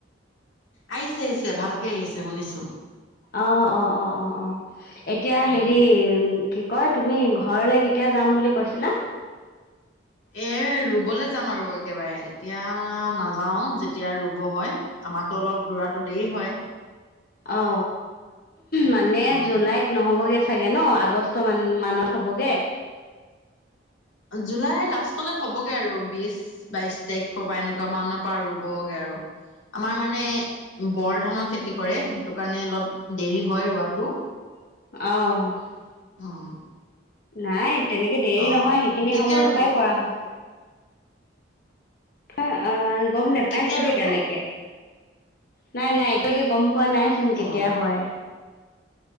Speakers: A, on the left; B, on the left.
A: আহিছে -আহিছে ভালকে আহিছে শুনিছো।
B: অ- অ অ -অ এতিয়া
A: উম
B: হেৰি, উম কি কয়, তুমি ঘৰলে কেতিয়া যাম বুলি কৈছিলা?
A: এ ৰুবলে যাম আৰু একেবাৰে, এতিয়া নাযাও যেতিয়া ৰুব হয়। আমাৰটো অলপ ৰুৱাটো দেৰি হয়।
B: অ, মানে
A: অ
B: জুলাইত নহ'বগে। চাগে ন, আগষ্ট মানত হবগে।
A: জুলাই লাষ্টলৈ হবগে আৰু, বিশ বাইশ তাৰিখৰ পৰা এনেকুৱা মানৰ পৰা ৰুবগে আৰু। আমাৰ মানে বৰ ধানৰ খেতি কৰে, সেইটো কাৰণে অলপ দেৰি হয় ৰুবাতো।
B: আহ।
A: অ'।
B: নাই তেনেকে দেৰি
A: অ
B: নহয়, সেইখিনি
A: কেতিয়া
B: সময়ৰ
A: ৰুব
B: পৰাই কৰা হয়। অ' অ' গম নোপাইছো
A: কেতিয়া
B: দেই
A: ৰুব
B: এতিয়ালৈকে নাই নাই একতিয়ালেকে গম পোৱা নাই চোন, কেতিয়া
A: অ
B: হয়।